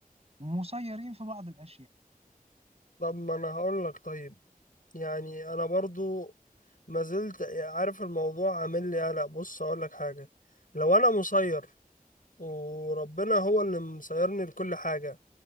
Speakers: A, on the right (about 45°); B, on the left (about 65°).
A: ومسيرين في بعض الاشياء
B: طب ما انا هقول لك طيب يعني انا برضو ما زلت عارف الموضوع عامل لي قلق بص اقول لك حاجة لو انا مسير وربنا هو اللي مسيرني لكل حاجة